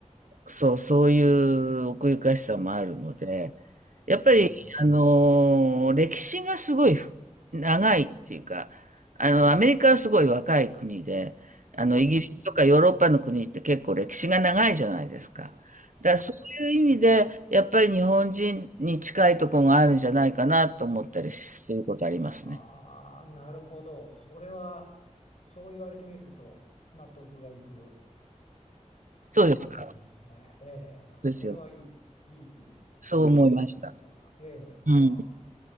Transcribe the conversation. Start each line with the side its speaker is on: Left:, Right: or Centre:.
Right: そう、そういう奥ゆかしさもあるので、やっぱり、
Left: ー、え
Right: あの、歴史がすごいふ長いっていうか、あの、アメリカはすごい若い国で、あの、イギリスとかヨーロッパの国って結構歴史が長いじゃないですか。
Left: ー、はい。
Right: だからそういう意味で、
Left: はい。
Right: やっぱり日本人に近いところがあるんじゃないかなと思ったりすることありますね。
Left: ああ、なるほど。それは、そう言われてみると、納得がいく
Right: そうですか。
Left: ところがありますね。
Right: そ
Left: ええ、
Right: うですよね
Left: それはいい、いい分析のような。
Right: そう思いました。
Left: ええ、
Right: うん。
Left: は